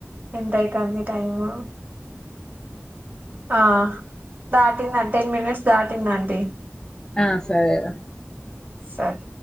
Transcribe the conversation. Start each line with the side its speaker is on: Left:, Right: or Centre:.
Right: ఎంత అయితంది టైము ఆ దాటిందంటి టెన్ మినిట్స్ దాటిందండి
Left: ఆ సరే రా
Right: సత్